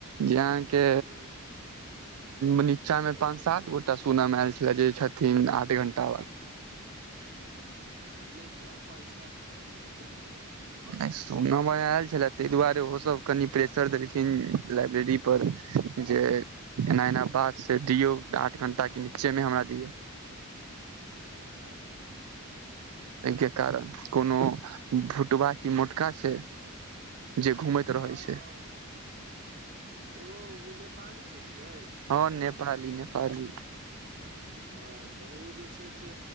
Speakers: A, on the right (about 80°); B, on the right (about 50°).
A: जे अहाँके
B: हँ
A: नीचा मे पांच सात गोटा सुनमे आयल छले जे छथिन आठ घंटा
B: नहि तऽ पाँच सात गोटा के हेतै
A: नै सुनऽ मे आयल छले ताहि दुआरे ओहोसभ कनि प्रेशर देलखिन लाइब्रेरी पर जे एना एना बात से दियो आठ घंटा के नीचे मे हमरा दिय
B: अच्छा
A: एहिके कारण कोनो भुटबा की मोटका छै जे घूमैत रहै
B: हँ
A: छै
B: हँ ओ उ नेपाली जे छै
A: हँ नेपाली नेपाली
B: हँ तऽ उ जे छै से